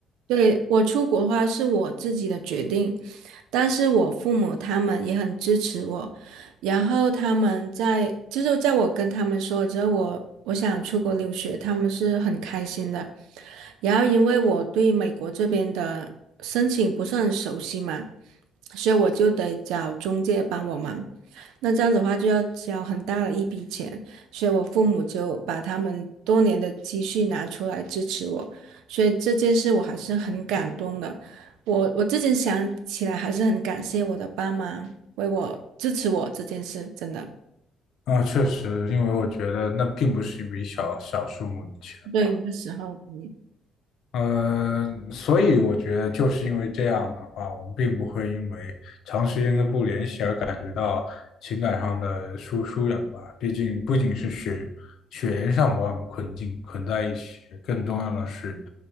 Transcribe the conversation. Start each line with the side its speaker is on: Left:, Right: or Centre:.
Right: 对，我出国的话是我自己的决定，但是我父母他们也很支持我，然后他们在就是在我跟他们说之后，我我想出国留学，他们是很开心的。然后因为我对美国这边的申请不是很熟悉嘛，所以我就得找中介帮我忙。那这样子的话就要交很大的一笔钱，所以我父母就把他们多年的积蓄拿出来支持我，所以这件事我还是很感动的。我我最近想起来还是很感谢我的爸妈为我支持我这件事，真的。
Left: 啊，确实，因为我觉得那并不是一笔小小数目的钱吧。
Right: 对，那时候，嗯，
Left: 呃，所以我觉得就是因为这样的话，我们并不会因为长时间的不联系而感觉到情感上的疏疏远吧。毕竟不仅是血血缘上把我们捆进捆在一起，更重要的是，